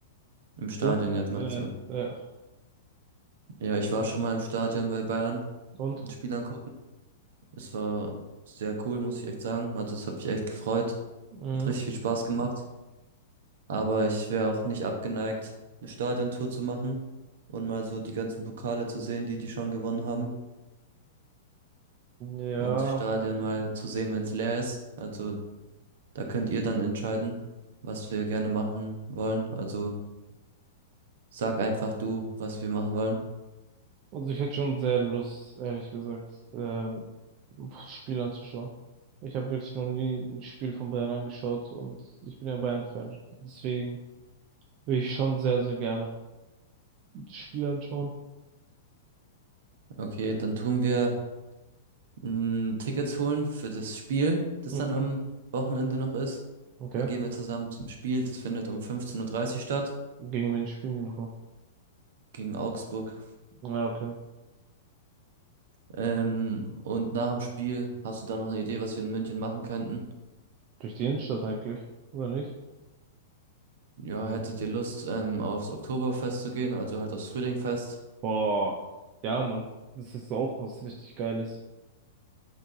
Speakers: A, on the right; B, on the right.
A: Im Stadion
B: Du?
A: jetzt meinst
B: Ja,
A: du?
B: ja.
A: Ja, ich war schon mal im Stadion bei Bayern,
B: Und?
A: ein Spiel angucken. Es war sehr cool, muss ich echt sagen. Also es hat mich echt gefreut.
B: Mhm.
A: Hat richtig viel Spaß gemacht. Aber ich wäre auch nicht abgeneigt, eine Stadiontour zu machen und mal so die ganzen Pokale zu sehen, die die schon gewonnen haben
B: Ja,
A: und Stadion Ja. mal zu sehen, wenn es leer ist. Also da könnt ihr dann entscheiden, was wir gerne machen wollen. Also sag einfach du, was wir machen wollen.
B: also ich hätte schon sehr Lust, ehrlich gesagt, ähm, Spiel anzuschauen. Ich habe wirklich noch nie ein Spiel von Bayern angeschaut und ich bin ja Bayern-Fan. Deswegen will ich schon sehr, sehr gerne das Spiel anschauen.
A: Okay, dann tun wir mm, Tickets holen für das Spiel, das
B: Mhm.
A: dann am Wochenende noch ist.
B: Okay.
A: Dann gehen wir zusammen zum Spiel. Das findet um 15:30 Uhr dreißig statt
B: Gegen wen spielen die nochmal?
A: gegen Augsburg.
B: Ja, okay.
A: Ähm, und nach dem Spiel hast du da noch eine Idee, was wir in München machen könnten?
B: Durch die Innenstadt eigentlich, oder nicht?
A: Ja, hättet ihr Lust, ähm, aufs Oktoberfest zu gehen, also halt aufs Frühlingfest?
B: Boah. Ja, Mann. Das ist auch was richtig Geiles.